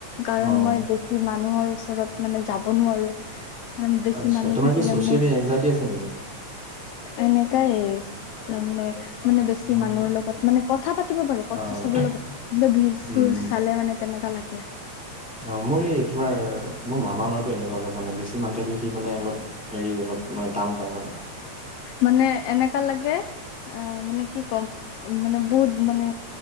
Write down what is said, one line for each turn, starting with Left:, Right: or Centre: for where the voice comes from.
Left: কাৰণ
Centre: অ',
Left: মই বেছি মানুহৰ ওচৰত মানে যাব নোৱাৰো। আৰু বেছি
Centre: আচ্ছা
Left: মানু
Centre: তোমাৰ
Left: থাকিলে
Centre: কি চচিয়েলি
Left: মোৰ
Centre: এনজাইটি আছে নেকি?
Left: এনেকাই তামানে মানে বেছি
Centre: উম,
Left: মানুহৰ লগত মানে কথা পাতিব বাৰু
Centre: অ',
Left: কথা চবৰ লগত কিন্তু ভিৰ চিৰ
Centre: উম, উম।
Left: চালে মানে কেনেকা লাগে। কি
Centre: অ মোৰ এই তোমাৰ মোৰ মামা লৰাটো এনেকুৱা অলপ মানে বেছি সিমান থাকিলে সি মানে অলপ হেৰি অলপ তান পায় মানে
Left: মানে এনেকা লাগে অ মানে কি ক'ম মানে বুত মানে